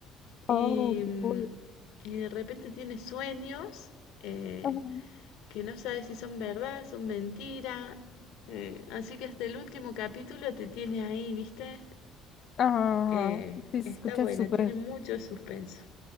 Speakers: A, on the left; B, on the left.
A: Y,
B: oh, qué
A: mm,
B: cool.
A: y de repente tiene sueños eh,
B: Ajá,
A: que no sabe si son verdad, son mentira. Eh, así que hasta el último capítulo te tiene ahí, ¿viste?
B: ajá,
A: Eh,
B: ajá. Sí, se
A: está
B: escucha
A: buena,
B: súper.
A: tiene mucho suspenso.